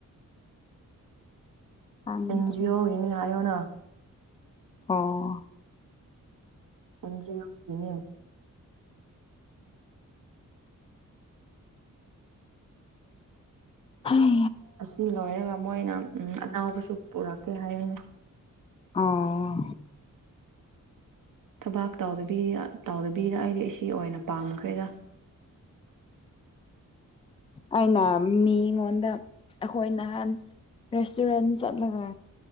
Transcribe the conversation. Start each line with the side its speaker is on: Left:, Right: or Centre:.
Left: ꯈꯪꯗ꯭ꯔꯦ
Right: ꯑꯦꯟꯖꯤ ꯑꯣ ꯏꯅꯤ ꯍꯥꯏꯌꯣꯅ
Left: ꯑꯥ
Right: ꯅꯟꯔꯤ ꯍꯒꯅꯤ
Left: ꯎꯝ
Right: ꯑꯁꯤ ꯂꯣꯏꯔꯒ ꯃꯣꯏꯅ ꯎ ꯑꯅꯥꯎꯕꯁꯨ ꯄꯨꯔꯛꯀꯦ ꯍꯥꯏꯕꯅꯤ
Left: ꯑꯣ
Right: ꯊꯕꯥꯛ ꯇꯗꯕꯤ ꯇꯗꯕꯤꯔ ꯑꯩꯗꯤ ꯏ ꯑꯣꯏꯅ ꯄꯥꯝꯃꯈ꯭ꯔꯦꯗ
Left: ꯑꯩꯅ ꯃꯤꯉꯣꯟꯗ ꯑꯩꯈꯣꯏ ꯅꯍꯥꯟ ꯔꯦꯁꯇꯨꯔꯦꯟ ꯆꯠꯂꯒ